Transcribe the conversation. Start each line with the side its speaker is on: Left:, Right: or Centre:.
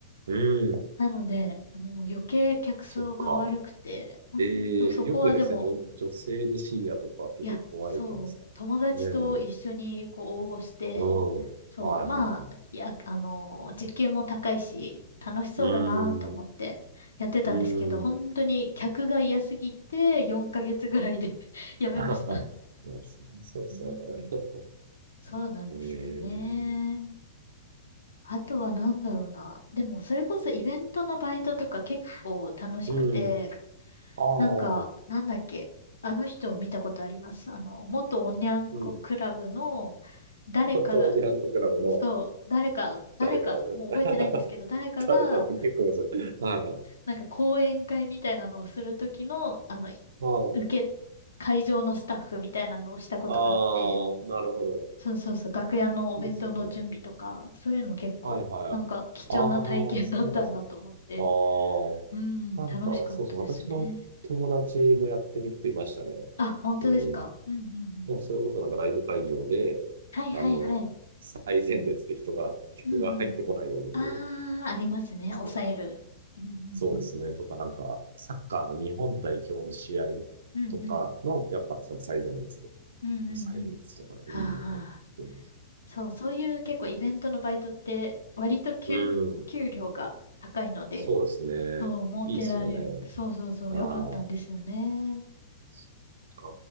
Right: うん、
Left: なので、もう余計客層が悪くて、
Right: そっか。
Left: 本当そこはでも、
Right: ええ、よくですね、女、女性で深夜とか結構怖いじゃないですか。
Left: いや、そう、友達と一緒にこう応募して、
Right: ねえ、うん、
Left: そう、
Right: はいはいはい。
Left: まあ、いや、あの時給も高いし、楽しそうだなと思ってやってたんですけど、
Right: うーん、うーん。
Left: 本当に客が嫌すぎて4ヶ月ぐらいで
Right: <laughs>
Left: <laughs> やめました。
Right: いや、そりゃそうそうね。
Left: うん、そうなんですよね。
Right: ええ、
Left: あとは何だろうな。でも、それこそイベントのバイトとか結構楽しくて、
Right: うん、あ
Left: なんか、
Right: あ、
Left: なんだっけ。あの人を見たことあります。あの、元おにゃんこクラブの、
Right: うん。
Left: 誰かが、
Right: 当にゃ国クラブの
Left: そう、誰か、誰か、
Right: 誰か、<laughs>
Left: もう覚えてないんですけど、誰かが、
Right: 誰だろう、結構です。はい。
Left: なんか講演会みたいなのをするときの、あの、
Right: はい。
Left: 受け、会場のスタッフみたいなのをしたことがあって、
Right: ああ、なるほど。
Left: そうそうそう、楽屋のお弁当の準備とか、
Right: いいですよね。
Left: そういうの結構、
Right: はいはい。
Left: なんか貴重な体験だったなと思って、
Right: ああ、そうなんですね。ああ、
Left: うん、楽しかったですね。
Right: なんか、そうそう、私の友達もやってる人いましたね。
Left: あ、本当ですかうんうんうん。
Right: うん。もうそれこそなんかライブ会場で、
Left: はいはいはい。
Right: あの、最前列で人が、客が入ってこないようにこう、
Left: うんうん。ああ、ありますね。
Right: そう、
Left: 抑える。うん
Right: そうですね、とかなんか、サッカーの日本代表の試合
Left: うんうん。
Right: とかの、
Left: うんうん。
Right: やっぱその最前列で
Left: うんうんうん。
Right: 抑えるやつとかね、
Left: は
Right: うん、
Left: あ、
Right: うん、
Left: そう、そういう結構イベントのバイトって割と給、
Right: うん、
Left: 給料が高いので、
Right: そうですね。
Left: そう、儲けられる。
Right: いいですよね。
Left: そうそうそう、
Right: ああ、
Left: 良かったんですよね。
Right: そっか。